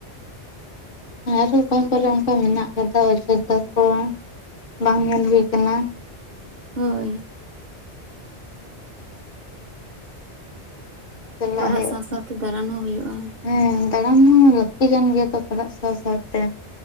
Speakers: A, on the left; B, on the right.
A: ᱟᱨᱚ ᱚᱠᱟ ᱠᱚᱨᱮ ᱚᱝᱠᱟ ᱢᱮᱱᱟᱜ ᱟᱠᱟᱫᱟ ᱚᱡᱳᱫᱽᱫᱷᱟ ᱠᱚ ᱵᱟᱝ ᱧᱮᱞ ᱦᱩᱭ ᱠᱟᱱᱟ᱾
B: ᱦᱳᱭ᱾
A: ᱪᱟᱞᱟᱜ
B: ᱯᱟᱨᱟᱜ
A: ᱦᱩᱭᱩᱜᱼᱟ
B: ᱥᱟᱶ ᱥᱟᱶᱛᱮ ᱫᱟᱬᱟᱱ ᱦᱚᱸ ᱦᱩᱭᱩᱜᱼᱟ᱾
A: ᱦᱮᱸ ᱫᱟᱬᱟᱱ ᱦᱚᱸ ᱞᱟᱹᱠᱛᱤ ᱠᱟᱱ ᱜᱮᱭᱟ ᱛᱚ ᱯᱟᱲᱦᱟᱜ ᱥᱟᱶ ᱥᱟᱶᱛᱮ᱾